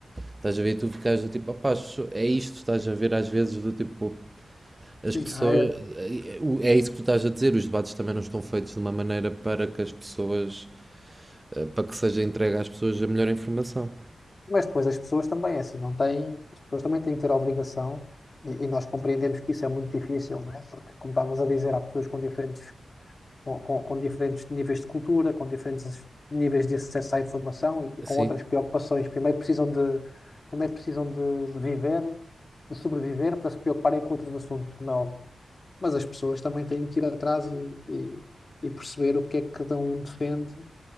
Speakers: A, on the right (about 20°); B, on the left (about 35°).
A: Estás a ver? E tu ficas do tipo, ah pá, é isto, estás a ver às vezes do tipo, as
B: Sim,
A: pessoas,
B: ah, é.
A: é isso que tu estás a dizer, os debates também não estão feitos de uma maneira para que as pessoas, eh, para que seja entregue às pessoas a melhor informação.
B: Mas depois as pessoas também, é assim, não têm, as pessoas também têm que ter a obrigação, e, e nós compreendemos que isso é muito difícil, não é? Porque, como estavas a dizer, há pessoas com diferentes com, com, com diferentes níveis de cultura, com diferentes ac- níveis de acesso à informação e, e
A: Sim,
B: com outras preocupações. Primeiro precisam de, primeiro precisam de, de viver, de sobreviver para se preocuparem com outros assuntos, como é óbvio. Mas as pessoas também têm que ir atrás e, e, e perceber o que é que cada um defende.